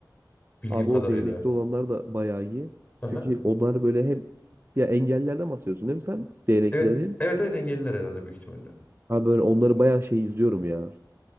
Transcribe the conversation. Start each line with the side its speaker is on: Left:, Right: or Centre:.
Left: Bildiğim
Right: Abi
Left: kadarıyla.
Right: o değnekli olanlar da bayağı iyi.
Left: Hı hı.
Right: Çünkü onlar böyle hem ya engellerden bahsediyorsun değil mi sen? Değnekli
Left: Evet.
Right: dediğin.
Left: Evet evet engelliler herhalde büyük ihtimalle.
Right: Abi böyle onları bayağı şey izliyorum ya.